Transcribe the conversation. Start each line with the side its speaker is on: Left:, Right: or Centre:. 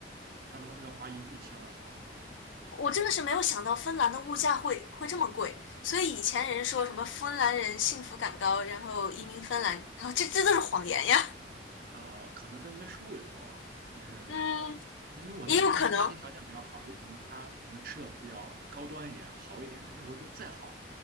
Right: 他说要花一一千二三欧
Left: 我真的是没有想到芬兰的物价会会这么贵，所以以前人说什么芬兰人幸福感高，然后移民芬兰，然后这这都是谎言呀。
Right: 啊，可能在那边收入也高吧。但是
Left: 嗯，
Right: 那因为我那个朋友他家庭条件比较好，
Left: 也有可能，
Right: 有可能他可能吃的比较高端一点、好一点，但是我觉得再好，